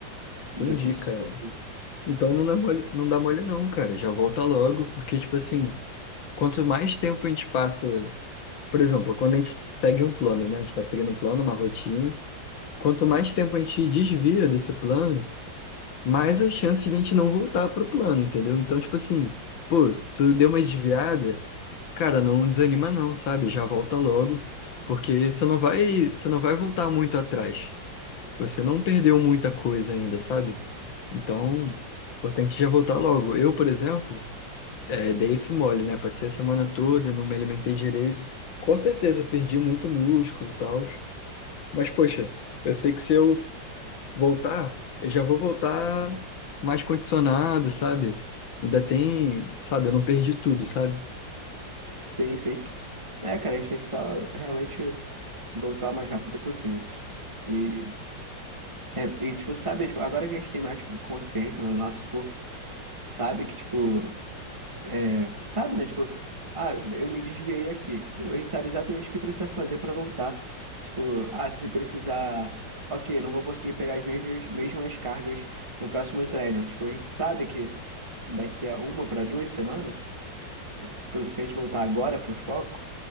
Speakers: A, on the right; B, on the left.
A: Então,
B: Entendi,
A: eu preciso.
B: cara. Então não dá mole, não dá mole não, cara. Já volta logo, porque, tipo assim, quanto mais tempo a gente passa. Por exemplo, quando a gente segue um plano, né? A gente está seguindo um plano, uma rotina. Quanto mais tempo a gente desvia desse plano, mais as chances de a gente não voltar pro plano, entendeu? Então, tipo assim, pô, tu deu uma desviada, cara, não desanima não, sabe? Já volta logo, porque você não vai, você não vai voltar muito atrás. Você não perdeu muita coisa ainda, sabe? Então, importante já voltar logo. Eu, por exemplo, é, dei esse mole, né? Passei a semana toda, não me alimentei direito. Com certeza, perdi muito músculo e tal. Mas, poxa, eu sei que se eu voltar, eu já vou voltar mais condicionado, sabe? Ainda tem, sabe? Eu não perdi tudo, sabe?
A: Sim, sim. É, cara, a gente tem que só realmente voltar o mais rápido possível. E, é, e tipo, sabe, tipo, agora que a gente tem mais consciência né, do nosso corpo, sabe que, tipo, é, sabe, né? Tipo, ah, eu me desviei aqui. A gente sabe exatamente o que precisa fazer para voltar. Tipo, ah, se precisar, ok, não vou conseguir pegar as mesmas, mesmas cargas no próximo treino. Tipo, a gente sabe que daqui a uma para duas semanas. É por isso- pelo- Se a gente voltar agora pro foco,